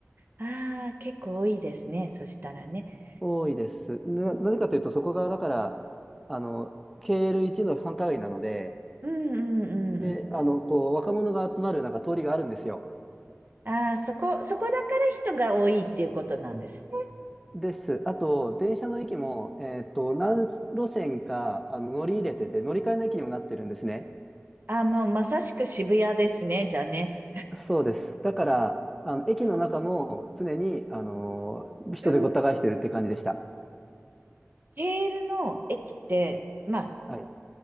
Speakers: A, on the right; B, in the centre.
A: ああー、結構多いですね。そしたらね。
B: 多いです。な、なぜかというと、そこがだから、あの、KL1 の繁華街なので、
A: うんうんうんうん。
B: で、あの、こう、若者が集まるなんか通りがあるんですよ。
A: ああ、そこ、そこだから人が多いっていうことなんですね。
B: です。あと、電車の駅も、えっと、何路線か、あの、乗り入れてて、乗り換えの駅にもなってるんですね。
A: ああ、もうまさしく渋谷ですね。じゃあね。
B: そうです。だから、あの、駅の中も常に、
A: そう
B: あのー人でごった返してるって感じでした。
A: うんケールの駅って、まあ、
B: はい。